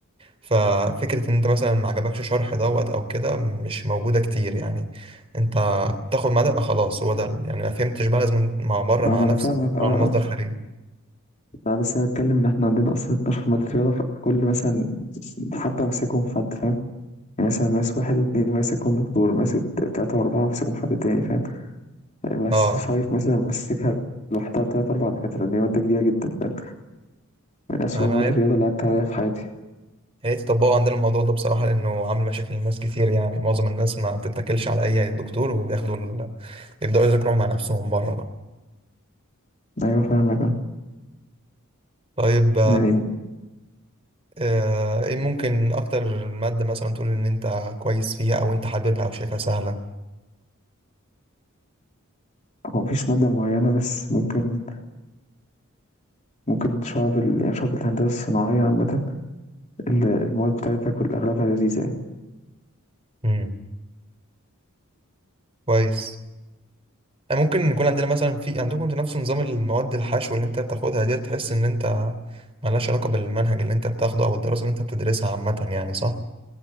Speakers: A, on the right; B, on the left.
A: ففكرة إن أنت مثلا ما عجبكش شرح دوت أو كده مش موجودة كتير يعني أنت بتاخد معاه ده يبقى خلاص هو ده يعني ما فهمتش بقى لازم مع بره
B: اه
A: مع
B: ما
A: نفسك
B: انا فاهمك اه
A: على مصدر
B: اه
A: خارجي
B: لا بس انا بتكلم ان احنا عندنا اصلا 12 مادة رياضة فكل مثلا حبة ماسكهم حد فاهم يعني مثلا ماس واحد واتنين ماسكهم دكتور ماسك تلاتة وأربعة ماسكهم حد تاني فاهم ماس
A: اه
B: فايف مثلا ماسكها لوحدها تلات أربع دكاترة لأن هي مادة كبيرة جدا فاهم من أسوأ
A: انا
B: مواد
A: يا
B: الرياضة
A: ريت
B: اللي عدت عليا في حياتي
A: يا ريت يطبقوا عندنا الموضوع ده بصراحه لانه عامل مشاكل لناس كتير يعني معظم الناس ما بتتكلش على اي دكتور وبياخدوا ال... يبداوا يذاكروا مع نفسهم بره بقى
B: أيوة فاهمك اه.
A: طيب
B: يعني
A: آه، ايه ممكن اكتر ماده مثلا تقول ان انت كويس فيها او انت حاببها او شايفها سهله
B: هو مفيش مادة معينة بس ممكن ممكن شعب ال... يعني شعب الهندسة الصناعية عامة ال- المواد بتاعتها كل أغلبها لذيذة يعني
A: امم كويس آه، ممكن يكون عندنا مثلا في عندكم انتوا نفس نظام المواد الحشو اللي انت بتاخدها ديت تحس ان انت ملهاش علاقه بالمنهج اللي انت بتاخده او الدراسه اللي انت بتدرسها عامه يعني صح